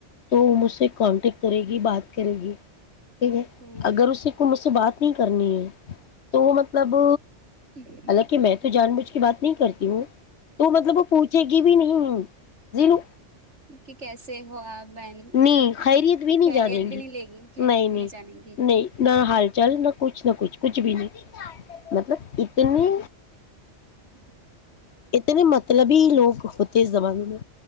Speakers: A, on the left; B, on the right.
A: تو وہ مجھ سے کانٹیکٹ کرے گی بات کرے گی ٹھیک ہے
B: ہ
A: اگر اسی کو م سے بات نہیں کرنی ہے تو مطلب
B: ہ
A: حالانکہ میں تو جان بھ کی بات نہیں کرتی ہوں تو مطلب وہ پوچھے گی بھی نہیں <unintelligible> جیل
B: ک کیسے ہو آپ بہن
A: نہیں خیریت بھی نہیں
B: خیریت
A: جانیں
B: بھی
A: گی
B: نہیں لے خیریت
A: نہیں
B: بھی
A: نہیں
B: جانیں گی
A: نہیں نہ حال چال نہ کچھ نہ کچھ کچھ بھی نہیں مطلب اتنی
B: <unintelligible>
A: اتنے مطلب ہی لوگ ہوتے اس زمانے میں